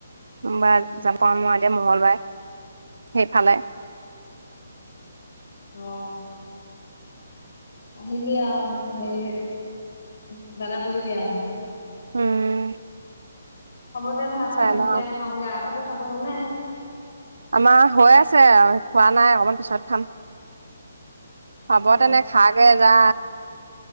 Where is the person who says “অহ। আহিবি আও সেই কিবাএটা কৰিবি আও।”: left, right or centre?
Left